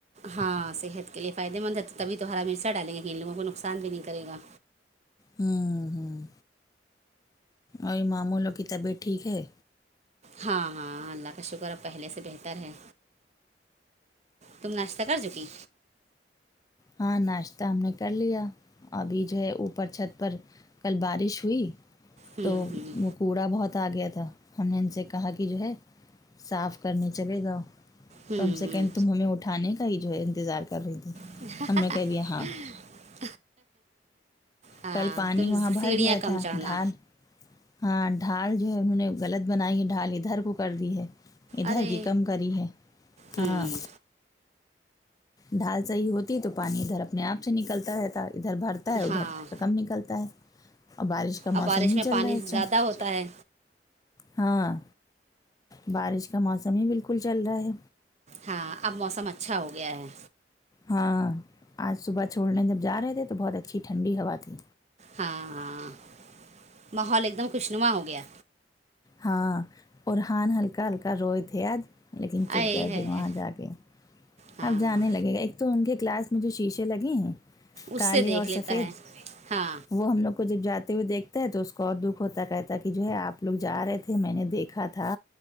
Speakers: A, on the right (about 40°); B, on the left (about 20°).
A: ہاں صحت کے لیے فائدے مند ہے تبھی تو ہرا مرچا ڈالیں گے کہن لوگوں کو نقصان بھی نہیں کرے گا
B: ہوں ہوں اور مامو لو کی طبیعت ٹھیک ہے
A: ہاں ہاںاں اللہ کا شکر اب پہلے سے بہتر ہے تم ناشتہ کر چکی
B: ہاں ناشتہ ہم نے کر لیا ابھی جو ہے اوپر چھت پر کل بارش ہوئی
A: ہوں
B: تو
A: ہوں
B: وہ کوڑا بہت آ گیا تھا ہم نے ان سے کہا کہ جو ہے صاف کرنے چلے گاؤ
A: ہوں
B: توم سے
A: ہوں
B: کہیں تم ہمیں اٹھانے کا ہی جو ہے انتظار کر رہی تھی
A: <unintelligible>
B: ہم نے کہہ دیا ہاں
A: ہاں
B: کل پانی
A: تم
B: وہاں بھر
A: سیڑھیاں
B: گیا
A: کم
B: تھا
A: چڑھنا
B: ڈھال ہاں ڈھال جو ہے انوں نے غلط بنائی ہے ڈھال ادھر کو کر دی ہے ادھر
A: ارے
B: کی کم کری ہے ہاں
A: ہوں
B: ڈھال صحیح ہوتی تو پانی ادھر اپنے آپ سے نکلتا رہتا ادھر بھر ادھر
A: ہاں
B: کا کم نکلتا ہے اور بارش کا
A: اب
B: موسم
A: بارش
B: ہی
A: میں
B: چل
A: پانی
B: رہا ہے
A: زیادہ
B: سب
A: ہوتا ہے
B: ہاں بارش کا موسم ہی بالکل چل رہا ہے
A: ہاں اب موسم اچھا ہو گیا ہے
B: ہاں آج صبح چھوڑنے جب جا رہے تھے تو بہت اچھی ٹھنڈی ہوا تھی
A: ہاں ہاں ماحول ایک دم خوشنما ہو گیا
B: ہاں اور ہان ہلکا ہلکا روئے تھے آج لیکن چپ
A: آئے
B: گئے
A: ہے
B: پھر وہاں جا کے
A: ہاں
B: اب جانے لگے گا ایک تو ان کے کلاس میں جو شیشہ لگے ہیں
A: اس
B: کالے
A: سے دیکھ
B: اور
A: لیتا
B: سفید
A: ہے ہاں
B: وہ ہم لوگ کو جب جاتے ہوئے دیکھتا ہے تو اس کو اور دکھ ہوتا کہتا کہ جو ہے آپ لوگ جا رہے تھے میں نے دیکھا تھا